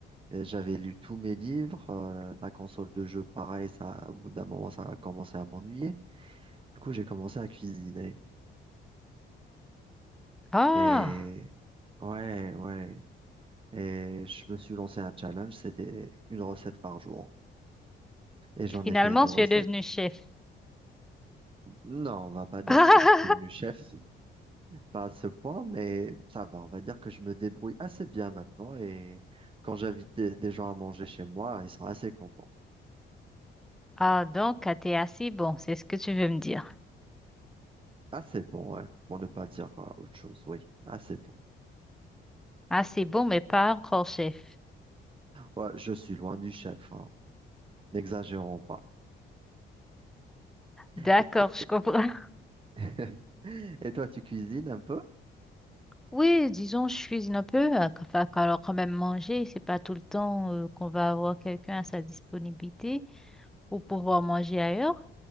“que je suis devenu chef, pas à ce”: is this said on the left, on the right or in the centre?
Right